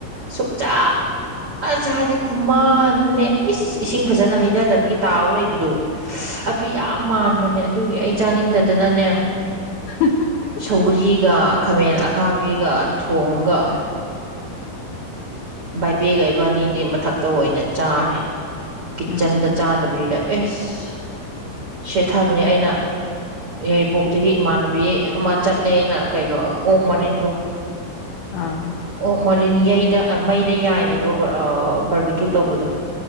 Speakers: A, on the right (about 75°); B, on the left (about 85°).
A: ꯁꯨꯛꯆꯥ ꯆꯗꯦ ꯈꯨꯃꯥꯟꯅꯦ ꯏꯁ ꯏꯁꯤꯡ ꯐꯖꯅ ꯍꯩꯗ ꯗꯕꯒꯤ ꯇꯥꯎ ꯂꯩꯕꯗꯣ ꯑꯗꯨ ꯌꯥꯝ ꯃꯥꯟꯕꯅꯦ ꯑꯗꯨꯒꯤ ꯑꯩ ꯆꯥꯅꯤꯡꯗꯗꯅꯅꯦ
B: <unintelligible>
A: ꯁꯧꯒ꯭ꯔꯤꯒ ꯈꯥꯃꯦꯟ ꯑꯈꯥꯕꯤꯒ ꯊꯣꯡꯉꯒ ꯕꯥꯏꯄꯦꯒ ꯏꯕꯥꯅꯤꯗꯤ ꯃꯊꯛꯇ ꯑꯣꯏꯅ ꯆꯥꯔꯦ ꯀꯤꯠꯆꯟꯗ
B: ꯎꯝ
A: ꯆꯥ ꯇꯕꯤꯗ ꯑꯦꯁ ꯁꯦꯠꯊꯕꯅꯦ ꯑꯩꯅ ꯌꯥꯏꯔꯤꯄꯣꯛꯇꯒꯤ ꯏꯃꯥꯟꯅꯕꯤ ꯑꯃ ꯆꯠꯂꯦꯅ ꯀꯩꯅꯣ ꯑꯣꯛ ꯃꯔꯤꯟꯗꯣ
B: ꯑꯥ
A: ꯑꯣꯛ ꯃꯣꯔꯦꯟ ꯌꯩꯗ ꯑ ꯃꯩꯗ ꯌꯥꯏꯕꯗꯣ ꯑꯥ ꯕꯔꯕꯤꯀꯤꯜꯄ ꯇꯧꯕꯗꯣ